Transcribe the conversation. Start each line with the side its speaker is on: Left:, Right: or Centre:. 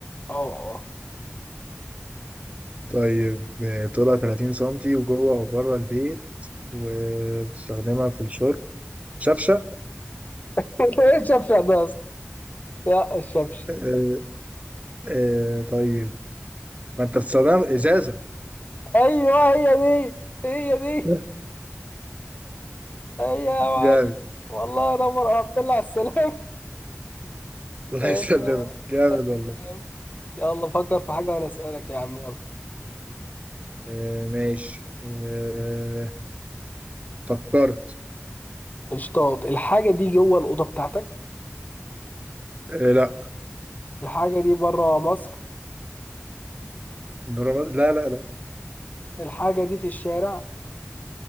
Left: اه اه
Right: طيب آه، طولها 30 سنتي وجوه أو بره البيت وبتستخدمها في الشرب شفشة
Left: <laughs> ايه الشفشق ده يا اسطى؟ لا الشفشق
Right: آه، آه، طيب ما أنت بتستخدمها في إزازة
Left: ايوه هي دي هي دي
Right: <laughs>
Left: هي يا معلم
Right: جامد
Left: والله نور يا عبد الله على السلام
Right: الله
Left: <laughs> ماشي
Right: يسلمك جامد والله
Left: يا يلا فكر في حاجة وأنا أسألك يا عم يلا
Right: آه، ماشي آه، فكرت
Left: اشطاط الحاجة دي جوه الأوضة بتاعتك
Right: آه، لا
Left: الحاجة دي بره مصر
Right: برمض... لا لا لا
Left: الحاجة دي في الشارع